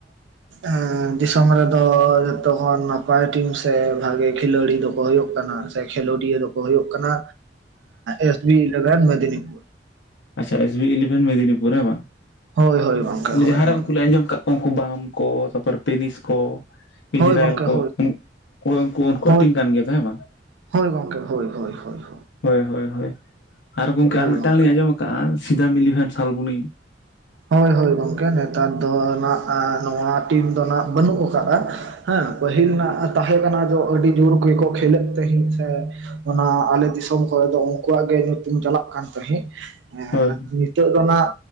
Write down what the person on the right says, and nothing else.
ᱮᱸ ᱫᱤᱥᱚᱢ ᱨᱮ ᱫᱚ ᱡᱚᱛᱚᱠᱷᱚᱱ ᱱᱟᱯᱟᱭ ᱴᱤᱢ ᱥᱮ ᱵᱷᱟᱜᱮ ᱠᱷᱤᱞᱟᱹᱲᱤ ᱫᱚ ᱠᱚ ᱦᱩᱭᱩᱜ ᱠᱟᱱᱟ ᱥᱮ ᱠᱷᱮᱞᱳᱰᱤᱭᱟᱹ ᱫᱚ ᱠᱚ ᱦᱩᱭᱩᱜ ᱠᱟᱱᱟ ᱮᱥ. ᱵᱤ. ᱤᱞᱮᱵᱷᱮᱱ ᱢᱮᱫᱽᱱᱤᱯᱩᱨ᱾
ᱦᱳᱭ, ᱦᱳᱭ, ᱜᱚᱝᱠᱮ
ᱦᱳᱭ,
ᱦᱳᱭ,
ᱦᱳᱭ ᱜᱚᱝᱠᱮ
ᱦᱳᱭ,
ᱦᱳᱭ,
ᱦᱳᱭ ᱜᱚᱝᱠᱮ ᱦᱳᱭ ᱦᱳᱭ ᱦᱳᱭ᱾
ᱦᱳᱭ
ᱜᱚᱝᱠᱮ
ᱦᱳᱭ ᱦᱳᱭ ᱜᱚᱝᱠᱮ ᱱᱮᱛᱟᱨ ᱫᱚ ᱱᱟᱜ ᱱᱚᱣᱟ ᱴᱤᱢ ᱫᱚ ᱱᱟᱜ ᱵᱟᱹᱱᱩᱜ ᱟᱠᱟᱫᱼᱟ᱾ ᱦᱮᱸ ᱯᱟᱹᱦᱤᱞ ᱨᱮᱱᱟᱜ ᱛᱟᱦᱮᱸ ᱠᱟᱱᱟ ᱫᱚ ᱟᱹᱰᱤ ᱡᱚᱨ ᱜᱮᱠᱚ ᱠᱷᱮᱞᱮᱜ ᱛᱟᱦᱮᱸᱫ ᱥᱮ ᱚᱱᱟ ᱟᱞᱮ ᱫᱤᱥᱚᱢ ᱠᱚᱨᱮ ᱫᱚ ᱩᱱᱠᱩᱣᱟᱜ ᱜᱮ ᱧᱩᱛᱩᱢ ᱪᱟᱞᱟᱜ ᱠᱟᱱ ᱛᱟᱦᱮᱸᱜ᱾ ᱦᱮᱸ
ᱱᱤᱛᱚᱜ ᱫᱚ ᱱᱟᱜ